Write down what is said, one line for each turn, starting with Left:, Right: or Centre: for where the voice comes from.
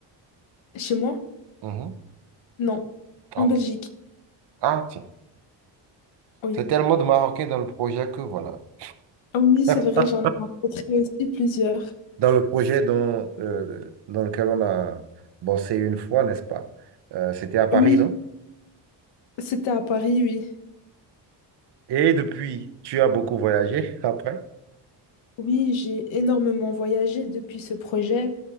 Left: Chez moi?
Right: Mhm.
Left: Non.
Right: Oh.
Left: En Belgique,
Right: Ah, tiens.
Left: oui.
Right: C'est tellement de Marocains dans le projet que voilà.
Left: Ah oui, c'est
Right: <laughs>
Left: vrai, j'en ai rencontré aussi plusieurs.
Right: Dans le projet dont, euh, dans lequel on a bossé une fois, n'est-ce pas? Euh, c'était à Paris,
Left: Oui,
Right: non?
Left: c'était à Paris, oui.
Right: Et depuis, tu as beaucoup voyagé <laughs> après?
Left: Oui, j'ai énormément voyagé depuis ce projet.